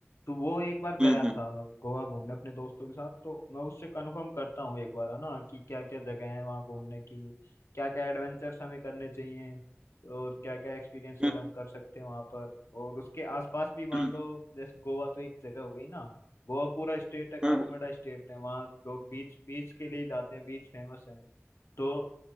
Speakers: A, on the left; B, on the right.
A: तो वो एक बार गया
B: हम्म
A: था
B: हम्म
A: गोवा घूमने अपने दोस्तों के साथ तो मैं उससे कंफर्म करता हूँ एक बार है ना कि क्या क्या जगह है वहाँ घूमने की क्या क्या एडवेंचर्स हमें करने चाहिए और क्या क्या एक्सपीरियंसेस
B: हम्म
A: हम कर सकते हैं वहाँ पर और उसके आसपास भी मान
B: हम्म
A: लो जैसे गोवा तो एक जगह हो गई ना गोवा पूरा स्टेट है काफी
B: हम्म,
A: बड़ा स्टेट है वहाँ लोग बीच बीच के लिए जाते हैं बीच फेमस है तो